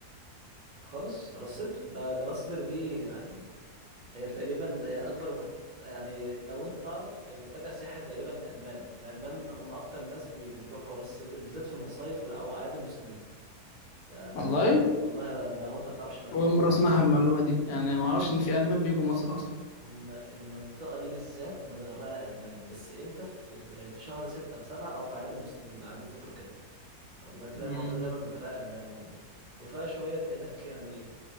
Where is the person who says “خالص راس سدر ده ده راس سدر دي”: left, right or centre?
Right